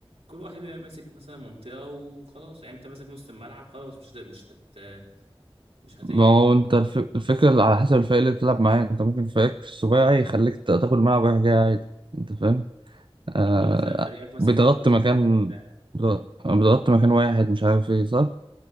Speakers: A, on the right; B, on the right.
A: كل واحد بيبقى ماسك مثلا منطقه وخلاص يعني انت ماسك نص الملعب خلاص مش هت... مش هت... مش هت...
B: ما
A: يعني
B: هو انت الف- الفكرة على حسب الفريق اللي بتلعب معاه انت ممكن فريق السباعي يخليك تا- تاخد الملعب رايح جاي عادي انت فاهم آه
A: انت مثلا فريقك ماسك
B: بتغطي
A: كوره
B: مكان
A: هتقف في الدفاع
B: بت- بتغطي مكان واحد مش عارف ايه صح